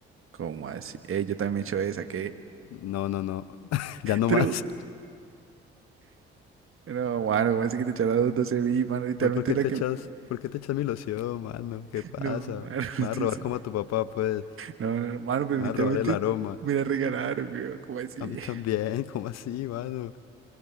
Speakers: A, on the right; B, on the left.
A: ¿Cómo así? Eh, yo también he hecho esa, ¿qué?
B: No, no, no, <laughs> ya no
A: True.
B: más.
A: No, mano, ¿cómo así que te echas las doce mil, mano? Literalmente
B: Pues, ¿por qué
A: la
B: te
A: que...
B: echas, por qué te echas mi loción, mano? ¿Qué pasa?
A: No, mano,
B: Me
A: <laughs>
B: va a robar
A: dice...
B: como a tu papá, pues.
A: No, no, no, mano, pero
B: Me
A: literalmente
B: va a robar el aroma.
A: me la regalaron, weón, ¿cómo así?
B: A mí
A: <laughs>
B: también, <laughs> ¿cómo así, mano?